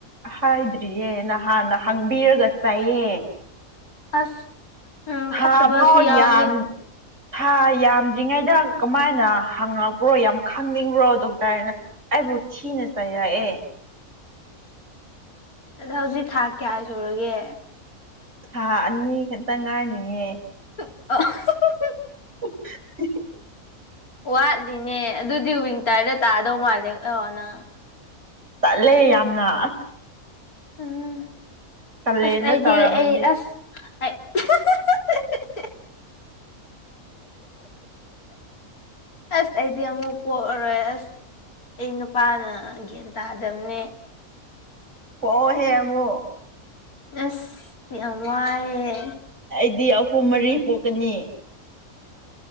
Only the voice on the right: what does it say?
ꯍꯥꯏꯗ꯭ꯔꯤꯌꯦ ꯅꯍꯥꯟꯅ ꯍꯪꯕꯤꯔꯒ ꯆꯩꯌꯦ
ꯊꯥ
ꯐꯥꯎ
ꯌꯥꯝ ꯊꯥ ꯌꯥꯝꯗ꯭ꯔꯉꯩꯗ ꯀꯃꯥꯏꯅ ꯍꯪꯉꯛꯄ꯭ꯔꯣ ꯌꯥꯝ ꯈꯪꯅꯤꯡꯕ꯭ꯔꯣ ꯗꯣꯛꯇꯔꯅ ꯑꯩꯕꯨ ꯊꯤꯅ ꯆꯩꯥꯔꯛꯑꯦ
ꯊꯥ ꯑꯅꯤ ꯈꯛꯇꯪ ꯉꯥꯏꯔꯤꯌꯦ
<unintelligible>
ꯀꯜꯂꯦ ꯌꯥꯝꯅ
ꯀꯥꯂꯦꯟꯗ
ꯇꯧꯔꯝꯃꯗꯤ
ꯄꯣꯛꯑꯣꯍꯦ ꯑꯃꯨꯛ
ꯑꯩꯗꯤ ꯑꯍꯨꯝ ꯃꯔꯤ ꯄꯣꯛꯀꯅꯤ